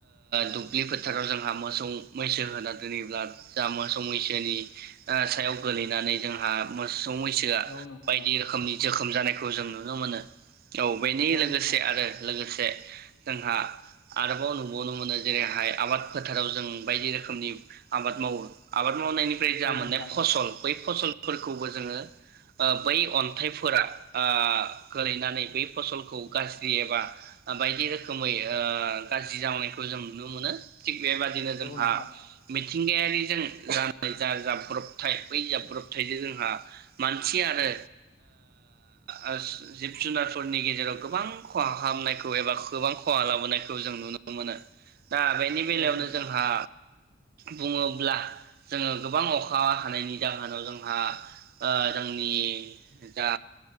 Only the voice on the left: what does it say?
औ नोंथां
औ
औ
नोंथां
औ
नोंथां
औ
औ नोंथां
औ नोंथां